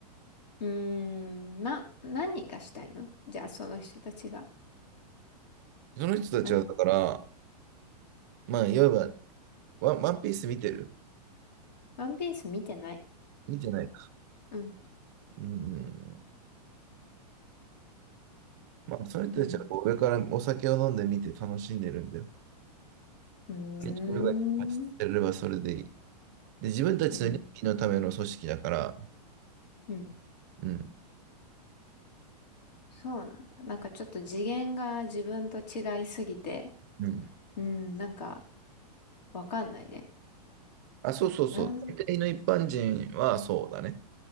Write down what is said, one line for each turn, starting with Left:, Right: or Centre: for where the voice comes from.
Left: うーん、な、何がしたいのじゃあ、その人たちが。
Right: その人たちは、
Left: なん、
Right: だから、まあ、いわばワン、ワンピース見てる
Left: ワンピース見てない。
Right: 見てないか。
Left: うん、
Right: うん。まあ、その人たちはこう上からお酒を飲んで見て楽しんでるんで、
Left: うん、うーん、
Right: 自分が発せればそれでいい。で、自分たちの利益のための組織だから、
Left: うん、うん。
Right: うん。
Left: そうなんだ。なんかちょっと次元が自分と違いすぎて、
Right: うん。
Left: うん、なんかわかんないね。
Right: あ、そうそうそう。
Left: なあ、
Right: 大体の一般人はそうだね。